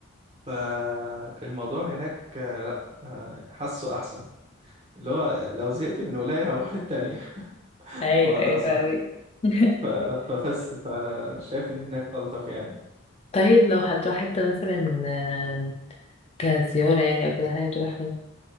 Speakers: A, on the right; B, on the left.
A: فالموضوع هناك آه، لا آه، حاسه احسن اللي هو لو زهقت من ولاية هروح للتانية <laughs>
B: ايوه
A: وانا
B: ايوه
A: صح
B: فاهمك <laughs>
A: ف- فبس فشايف ان هناك الطف يعني
B: طيب لو هتروح حتة مثلا آه، كزيارة يعني أو كده حابب تروح فين؟